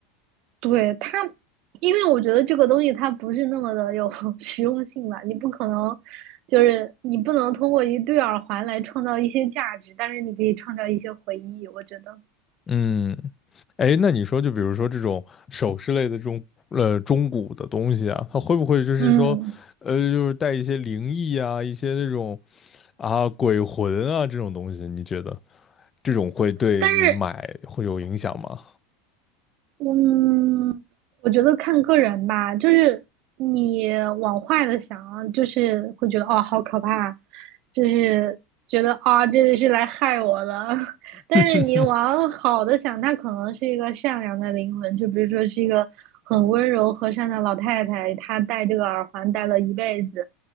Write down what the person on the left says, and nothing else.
嗯，哎，那你说就比如说这种首饰类的这种呃中古的东西啊，它会不会就是说，
呃，就是带一些灵异啊，一些那种啊鬼魂啊这种东西，你觉得这种会对你买会有影响吗？
<laughs>